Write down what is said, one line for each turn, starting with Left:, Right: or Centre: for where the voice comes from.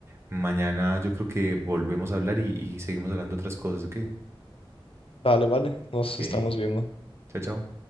Right: Mañana yo creo que volvemos a hablar y, y seguimos hablando otras cosas, ¿ok?
Left: Vale, vale, nos
Right: Ok,
Left: estamos viendo.
Right: chao, chao.